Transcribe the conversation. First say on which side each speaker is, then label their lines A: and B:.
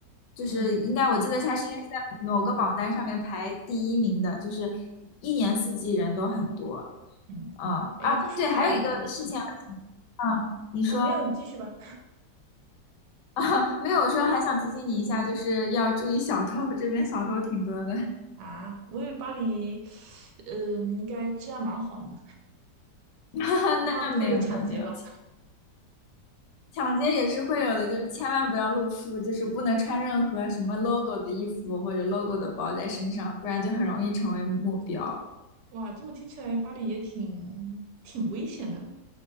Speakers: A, on the left; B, on the right.
A: 就是应该我记得它是应该是在某个榜单上面排第一名的，
B: 嗯
A: 就是一年四季人都很多。
B: 嗯，
A: 嗯，
B: 哎，
A: 啊，
B: 话说巴黎，
A: 对，还有一个事情，嗯，你说。
B: 哦，没有，你继续吧。
A: <laughs> 啊，没有说还想提醒你一下，就是要注意小偷，这边小偷挺多的。
B: 啊，我以为巴黎，嗯、应该治安蛮好呢，
A: <laughs>
B: 那不会有抢劫吧？
A: 那没有，那没有，抢劫也是会有的，就是千万不要露富，就是不能穿任何什么 logo 的衣服或者 logo 的包在身上，不然就很容易成为目标。
B: 哇，这么听起来，巴黎也挺挺危险的。